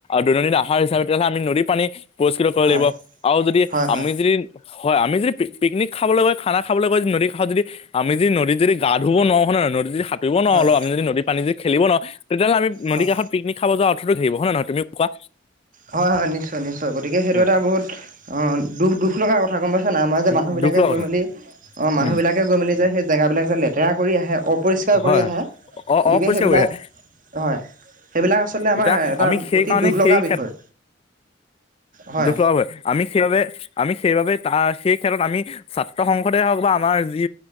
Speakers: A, on the left; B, on the right.
A: দৈনন্দিন আহাৰ হিচাপে তেতিয়াহ'লে আমি নদীত পানী পৰিস্কৃত কৰিব
B: হয়
A: লাগিব আৰু যদি
B: হয় হয়
A: আমি যদি হয় আমি যদি পিকনিক খাবলৈ গৈ খানা খাবলৈ গৈ নদীৰ কাষত যদি আমি যদি নদীত গাঁ ধুব নোৱাৰোঁ নদীত যদি সাতুৰিব নোৱাৰোঁ
B: হয়
A: অলপ আমি যদি পানী যদি খেলিব নোৱাৰোঁ তেতিয়াহ'লে আমি নদী
B: হয়
A: কাষত পিকনিক খাব যোৱা অৰ্থতো কি থাকিব হয় নে নহয় তুমি কোৱা
B: হয় হয় নিশ্চয় নিশ্চয় গতিকে সেইটো
A: উম,
B: এটা বহুত অ দুখ দুখ লগা কথা গম পাইছা। নাই আমাৰ যে
A: দু-
B: মানুহবিলাকে
A: দুখ লগা
B: গৈ
A: কথা
B: মেলি মানুহবিলাকে
A: উম
B: গৈ মেলি যে সেই জেগাবিলাক যে লেতেৰা কৰি আহে। অপৰিষ্কাৰ
A: হয়
B: কৰি
A: হয়
B: আহে
A: অ
B: গতিকে
A: অপৰিষ্কাৰ
B: সেইবিলাক
A: কৰি আহে
B: হয়। সেইবিলাক আচলতে আমাৰ
A: এতিয়া
B: এটা
A: আমি সেইকাৰণে
B: অতি দুখ
A: সেই
B: লগা
A: খেল
B: বিষয়। হয়
A: দুখ লগাবৈ আমি সেইবাবে আমি সেইবাবে তাৰ সেই ক্ষেত্ৰত আমি ছাত্ৰ সংসদে হওঁক বা আমাৰ যি